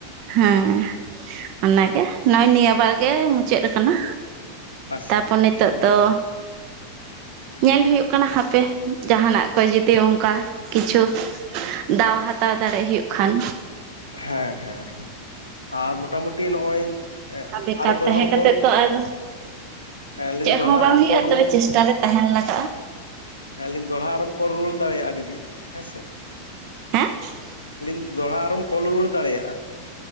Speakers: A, on the right; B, on the left.
A: ᱦᱮᱸ ᱚᱱᱟᱜᱮ ᱱᱚᱜᱼᱚᱭ ᱱᱤᱭᱟᱹ ᱵᱟᱨ ᱜᱮ ᱢᱩᱪᱟᱹᱫ ᱟᱠᱟᱱᱟ
B: ᱟᱪᱪᱷᱟ
A: ᱛᱟᱯᱚᱨ
B: ᱵᱟᱝ
A: ᱱᱤᱛᱳᱜ
B: ᱠᱷᱩᱵ ᱵᱷᱟᱜᱮ
A: ᱫᱚ ᱧᱮᱞ ᱦᱩᱭᱩᱜ ᱠᱟᱱᱟ ᱦᱟᱯᱮ ᱡᱟᱦᱟᱱᱟᱜ ᱠᱚ ᱡᱩᱫᱤ ᱚᱱᱠᱟ ᱠᱤᱪᱷᱩ ᱫᱟᱣ ᱦᱟᱛᱟᱣ ᱫᱟᱲᱮ ᱦᱩᱭᱩᱜ ᱠᱷᱟᱱ
B: ᱦᱮᱸ ᱦᱮᱸ ᱦᱮᱸ ᱟᱨ ᱢᱚᱴᱟ ᱢᱩᱴᱤ ᱱᱚᱜᱼᱚᱭ ᱮᱸ
A: ᱟᱨ ᱵᱮᱠᱟᱨ
B: ᱟᱨᱚ ᱫᱚᱲᱦᱟᱢ
A: ᱛᱟᱦᱮᱸ ᱠᱟᱛᱮ
B: ᱠᱚᱞ
A: ᱛᱚ ᱟᱨ
B: ᱦᱮᱸ ᱞᱟᱹᱭ
A: ᱪᱮᱫ
B: ᱫᱟᱹᱧ ᱫᱚᱲᱦᱟ
A: ᱦᱚᱸ ᱵᱟᱝ
B: ᱟᱨᱚᱢ
A: ᱦᱩᱭᱩᱜᱼᱟ
B: ᱠᱚᱞ ᱨᱩᱣᱟᱹᱲ
A: ᱛᱚᱵᱮ ᱪᱮᱥᱴᱟ ᱨᱮ ᱛᱟᱦᱮᱱ ᱞᱟᱜᱟᱜᱼᱟ
B: ᱦᱮᱸ ᱞᱮᱧ ᱫᱚᱦᱲᱟ ᱟᱨᱚᱢ ᱠᱚᱞ ᱨᱩᱣᱟᱹᱲ ᱫᱟᱲᱮᱭᱟᱜᱼᱟ ᱫᱤᱫᱤ ᱦᱮᱸᱥᱮ
A: <inaudible>
B: ᱟᱹᱞᱤᱧ ᱫᱚᱲᱦᱲᱟ ᱟᱨᱚᱢ ᱠᱚᱞ ᱨᱩᱣᱟᱹᱲ ᱫᱟᱲᱮᱭᱟᱜᱼᱟ